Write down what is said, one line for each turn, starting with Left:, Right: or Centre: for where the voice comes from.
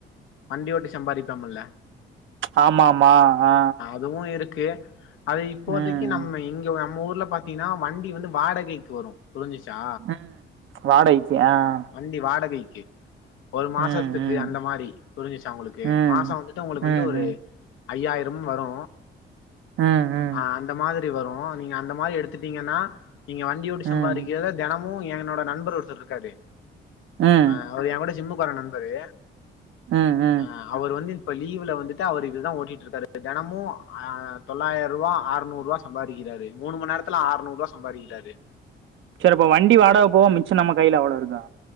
Left: வண்டியோட்டி சம்பாதிப்போம்ல
Right: ஆமா ஆமா ஆ
Left: அதுவு இருக்கு அது இப்போதைக்கு
Right: ம்
Left: நம்ம இங்க நம்ம ஊர்ல ப அப்டினா வண்டி வந்து வாடகைக்கு வரு புரிஞ்சிச்சா
Right: ம் வாடகைக்கு ஆ அ
Left: வண்டி வாடகைக்கு ஒரு மாசத்துக்கு
Right: ம் ம்
Left: அந்த மாரி புரிஞ்சிச்ச உங்களுக்கு
Right: ம்
Left: மாச வந்துட்டு உங்களுக்கு
Right: ம்
Left: வந்து ஒரு
Right: ம்
Left: ஐயாயிரம் வரு
Right: ம் ம்
Left: அ அந்த மாதிரி வரு நீங்க அந்த மாரி எடுத்துட்டீங்கன்னா நீங்க வண்டி ஓட்டி
Right: ம்
Left: சம்பாதிக்கிறத தெனமு என்னோட நண்பர் ஒருத்தர் இருக்காரு
Right: ம்
Left: ஆ அவர் எ கூட ஜிம்முக்கு வர நண்பரு
Right: ம் ம்
Left: அ அவர் வந்து இப்ப லீவுல வந்துட்டு அவர் இதுதா ஓட்டி இருக்காரு தெனமு அ தொள்ளாயிர ரூவா ஆறுநூறுவா சம்பாதிக்காரு மூணு மண் நேரத்துல அறுநூறுவா சம்பாறிக்குறாரு
Right: சரி இப்ப வண்டி வாடக போவ மிச்சோ நம்ம கையில எவ்ளோ இருக்கு